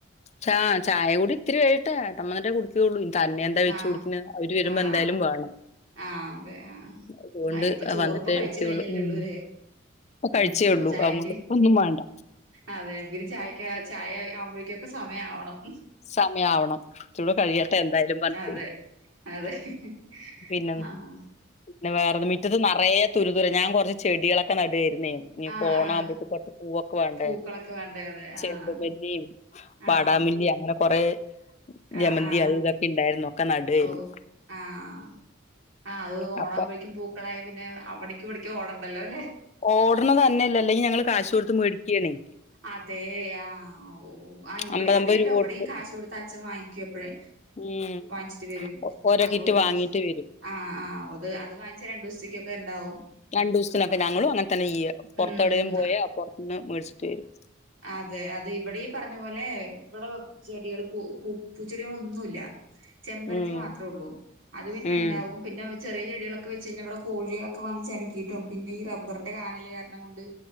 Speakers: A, on the left; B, on the right.
A: ചാ ചായ കുടി ഇത്തിരി കഴിയട്ടെ ഏട്ടൻ വന്നിട്ടെ കുടി ക്കുള്ളൂ തന്നെ എന്താ വെച്ച്
B: ആഹ്
A: കുടിക്കണേ അവര് വരുമ്പോ
B: ആഹ്
A: എന്തായാലും
B: ആഹ്
A: വേണം.
B: ആഹ് അതെ ആഹ്
A: അതുകൊണ്ട്
B: ആ ഇപ്പൊ ചോറ്
A: വന്നിട്ടേ
B: ഇപ്പം കഴിച്ചു
A: വെക്കുള്ളൂ.
B: കഴിഞ്ഞല്ലേള്ളൂ
A: ഉം.
B: ല്ലേ?
A: ഇപ്പൊ
B: ഉം
A: കഴിച്ചേ
B: അപ്പൊ
A: ഉള്ളൂ.
B: ചായയ്ക്ക്
A: അതുകൊണ്ട് ഇപ്പൊ ഒന്നും വേണ്ട.
B: അതെ പിന്നെ ചായയ്ക്ക് ചായ ആവുമ്പോഴേക്കൊക്കെ സമയം ആ വണം.
A: സമയം ആവണം കുറെച്ചൂടെകഴിയട്ടെ എന്തായാലും പറഞ്ഞ്.
B: അതെ അതെ ആഹ്
A: പിന്നെ
B: ആഹ്.
A: പിന്നെ വേറെ മിറ്റത്ത് നറയെ തുരുതുര ഞാൻ കൊറച്ച് ചെടികളൊക്കെ നടുവേർന്നെ. ഇനിപ്പം
B: ആഹ്
A: ഓണകുംപോത്തേക്ക്
B: ആഹ്
A: കൊറച്ച് പൂവൊക്കെ വണ്ടേ?
B: പൂക്കളൊക്കെ വേണ്ടേ അതെ
A: ചെണ്ടു
B: ആഹ്
A: മല്ലിം വാടാ
B: ആഹ്
A: മല്ലിം അങ്ങനെ കൊറെ..
B: ആഹ്
A: ജമന്തി
B: ആഹ്
A: അത് ഇതൊക്കെ ഇണ്ടായിരുന്നു ഒക്കെ നടായിരുന്നു.
B: ഓ ആഹ് ആഹ് അത് ഓണാകുമ്പോഴേക്കും
A: അപ്പൊ
B: പൂക്ക് പൂക്കളായാൽ പിന്നെ അവിടേക്കും ഇവിടേക്കും ഓടണ്ടല്ലോ ല്ലേ.
A: ഓട്ണതന്നെ അല്ലാ അല്ലെങ്കിൽ ഞങ്ങള് കാശ് കൊടുത്ത് മേടിക്കാണെ.
B: അതെ ആഹ് ഓ ആഹ് ഇവിടെ
A: അമ്പതമ്പത്
B: അതെ
A: രൂപ
B: ട്ടോ
A: കൊടുത്ത്
B: വിടെയും കാശ് കൊടുത്ത അച്ഛൻ വാങ്ങിക്കുപ്പഴേ.
A: ഉം...
B: വാങ്ങിച്ചിട്ട് വരും
A: ഒ- ഓരോ
B: അപ്പൊ
A: കിറ്റ്
B: ഒരു
A: വാങ്ങീട്ട് വരും
B: ആ ആ അത് വാങ്ങിച്ച രണ്ടു ദിവസത്തേക്കൊക്കെ ഇണ്ടാവും
A: രണ്ടു ദൊവസത്തിനൊക്കെ ഞങ്ങളും അങ്ങനെ തന്നെ ചെയ്യ പൊറത്ത്
B: ഉം
A: എവിടേലും പോയ ആ പൊറത്ത്ന്ന് മേടിച്ച്ട്ട് വരും.
B: അതെ അതെ ഇവിടെ ഈ പറഞ്ഞ പോലെ വടെ ചെടികൾ പൂ പൂ പൂച്ചെടികളൊന്നുല്ല്യ. ചെമ്പരത്തി
A: ഉം
B: മാത്രേ ഒള്ളൂ അത് പിന്നെ
A: ഉം
B: ഇണ്ടാവും. പിന്നെ വെ ചെറിയ ചെട്യളൊക്കെ വെച്ച് കഴിഞ്ഞാൽവിടെ കോഴികളൊക്കെ വന്ന് ചനക്കിയിട്ടും പിന്നെ ഈ റബറിന്റെ കാനൽ കാരണം കൊണ്ട്